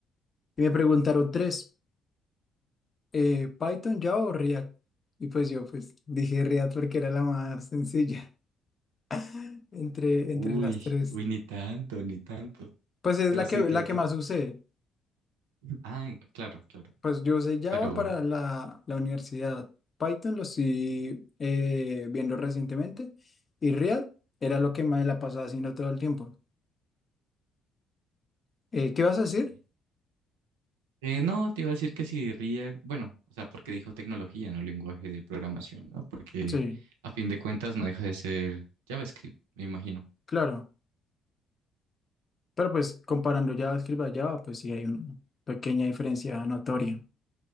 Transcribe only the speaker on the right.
Uy,
uy, ni tanto, ni tanto.
Pero
sí
que,
que...
Ah, claro, claro.
Pero,
Sí. Eh, no, te iba a decir que si React, bueno, o sea, porque dijo tecnología, no lenguaje de programación, ¿no? Porque
a fin de cuentas no deja de ser JavaScript, me imagino.